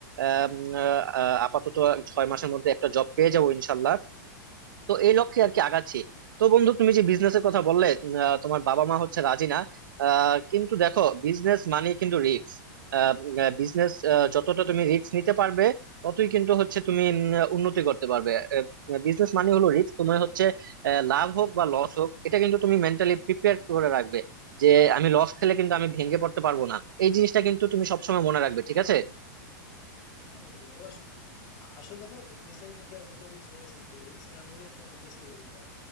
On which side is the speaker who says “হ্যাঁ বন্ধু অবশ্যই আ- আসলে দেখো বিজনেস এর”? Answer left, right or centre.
Left